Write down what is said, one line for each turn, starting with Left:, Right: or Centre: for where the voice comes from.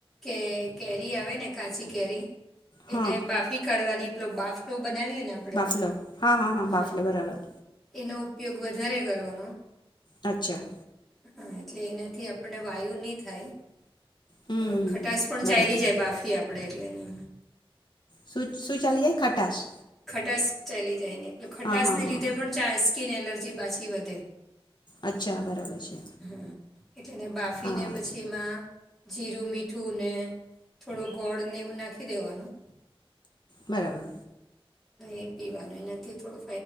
Centre: કે કેરી આવે ને કાચી કેરી
Left: હા
Centre: એને બાફી કાઢવાની. એનો બાફલો બનાવીએ ને આપણે
Left: બાફલો હ હ હ બાફલો
Centre: હા
Left: બરાબર.
Centre: એનો ઉપયોગ વધારે કરવાનો.
Left: નચા
Centre: હ, એટલે એનાથી આપણને વાયુ ની થાય.
Left: હમ
Centre: ખટાસ પણ
Left: બરાબર
Centre: ચાયલી જાય, બાફી આપડે એટલે એને
Left: શું શું ચાલ્યે ખટાશ.
Centre: ખટાશ ચાલી જાયને. એટલે ખટાશને
Left: હા હા હા
Centre: લીધે પણ ચાય સ્કીન એલજ પછી પાછી વધે.
Left: અચ્છા બરાબર છે.
Centre: હમ એટલે એને બાફીને
Left: હા
Centre: પછી એમાં જીરું, મીઠું ને થોડું ગોળ ને એવું નાખી દેવાનું.
Left: બરાબર.
Centre: એ પીવાનું એનાથી થોડુ